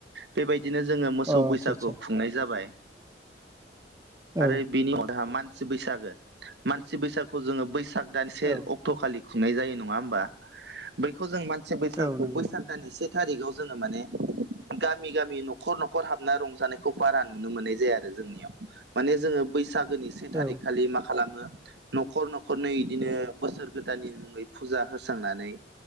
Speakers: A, on the right (about 65°); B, on the right (about 20°).
A: बेबायदिनो जोङो
B: आदसा
A: मोसौ बैसागु खुंनाय जाबाय।
B: औ
A: आरो बिनि अनहा मानसि बैसागो मानसि बैसागुखौ जोङो बैसाग दान से
B: औ
A: अक्ट' खालि खुंनाय जायो नङा होमबा बैखौ जों मानसि बैसागु
B: औ नंगौ
A: बैसाग दाननि से थारिखाव जोङो माने गामि गामि न'खर न'खर हाबना रंजानायखौ बारा नुनो मोननाय जाया आरो जोंनियाव। माने जोङो बैसागोनि से थारिख
B: औ
A: खालि मा खालामो न'खर न'खर नै इदिनो बोसोर गोदाननि मुङै फुजा होस्रांनानै